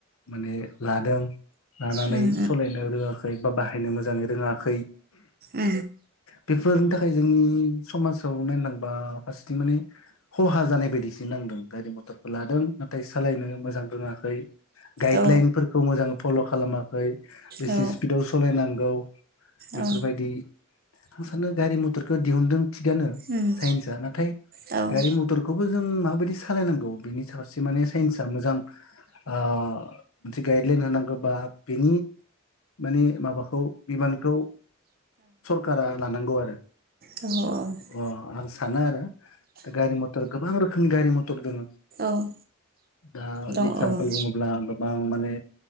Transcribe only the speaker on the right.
उम
उम
औ
औ
औ
उम उम
औ उम
औ औ
औ
दं
औ उम